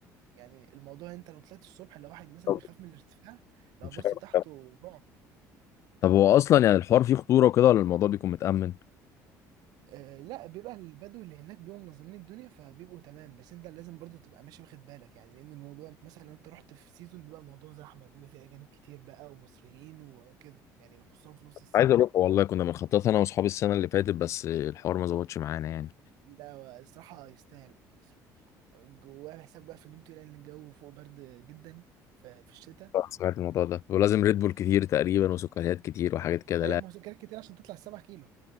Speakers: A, on the right; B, on the left.
A: يعني الموضوع انت لو طلعت الصبح لو واحد مثلا
B: طب
A: بيخاف من الارتفاع لو
B: مش
A: بص
B: عارف.
A: تحته رعب
B: طب هو اصلا يعني الحوار فيه خطوره وكده ولا الموضوع بيكون متامن
A: آه لا بيبقى البدو اللي هناك بيبقوا منظمين الدنيا فبيبقوا تمام بس انت لازم برضو تبقى ماشي واخد بالك يعني لان الموضوع مثلا لو انت رحت في سيزون بيبقى الموضوع زحمه بيبقى فيه اجانب كتير بقى ومصريين وكده يعني خصوصا في نص السنه
B: عايز اروح والله كنا بنخطط انا واصحابي السنه اللي فاتت بس الحوار ما ظبطش معانا يعني
A: لا الصراحه يستاهل جواه حساب بقى في النوم تقيل لان الجو فوق برد جدا ف- في الشتاء
B: لا، سمعت الموضوع ده ولازم ريد بول كتير تقريبا وسكريات كتير وحاجات كده
A: اي
B: لا
A: مذاكرات كتير عشان تطلع 7 كيلو